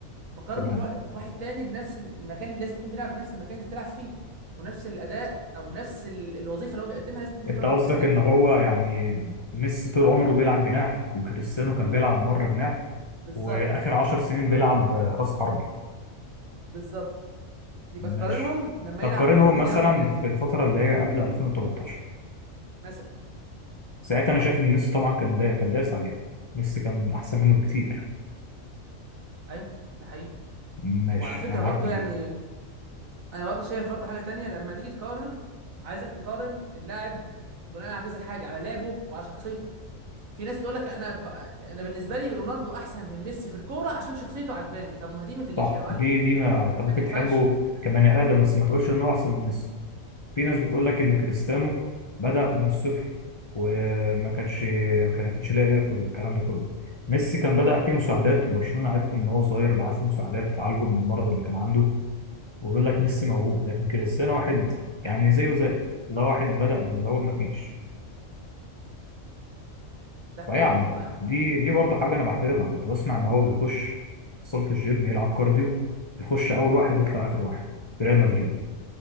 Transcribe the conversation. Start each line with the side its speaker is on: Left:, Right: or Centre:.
Right: بقارن
Left: تمام
Right: وا- واحد تاني بنفس المكان لازم يكون بيلعب بنفس المكان اللي انت بتلعب فيه ونفس الاداء او نفس ال- الوظيفه اللي هو بيقدمها لازم تكون انت
Left: انت
Right: برضه
Left: قصدك
Right: بتقدمها
Left: ان هو يعني ميسي طول عمره بيلعب جناح وكريستيانو كان بيلعب مره جناح
Right: بالظبط
Left: واخر عشر سنين بيلعب آه، راس حربة
Right: بالظبط يبقى
Left: ماشي
Right: تقارنهم لما
Left: طب
Right: يلعب
Left: قارنهم
Right: الاثنين
Left: مثلا
Right: يلعبوا جناح
Left: في الفتره اللي هي قبل 2013
Right: مثلا
Left: ساعتها انا شايف ان ميسي طبعا كان دا كان دايس عليه ميسي كان احسن منه بكتير
Right: ايوه ده حقيقي
Left: ماشي
Right: وعلى فكره
Left: انا معاك
Right: برضه
Left: في
Right: يعني
Left: دي
Right: انا برضه شايف برضه حاجه تانية لما تيجي تقارن عايزك تقارن اللاعب بناء على كذا حاجه على لعبه وعلى شخصيته في ناس تقول لك انا ب... انا بالنسبه لي رونالدو احسن من ميسي في الكوره عشان شخصيته عجباني طب ما دي ما تجيش
Left: صح
Right: يا معلم
Left: دي دي ما انت ممكن
Right: ما تنفعش
Left: تحبه كبني ادم بس ما تقولش ان هو احسن من ميسي في ناس بتقول لك ان كريستيانو بدأ من الصفر وما كانش ما كانش لاقي ياكل والكلام ده كله ميسي كان بدأ فيه مساعدات وبرشلونة عرفه من هو صغير بعت له مساعدات تعالجه من المرض اللي كان عنده ويقول
Right: مم.
Left: لك ميسي موهوب لكن كريستيانو واحد يعني زيه زيك اللي هو واحد بدأ من اللي هو ما فيش
Right: ده حقيقي
Left: فيعني
Right: والله يا عم
Left: دي
Right: هشام
Left: دي برضه حاجة انا بحترمها كنت بسمع ان هو بيخش صالة الجيم يلعب كارديو يخش اول واحد يطلع اخر واحد في ريال مدريد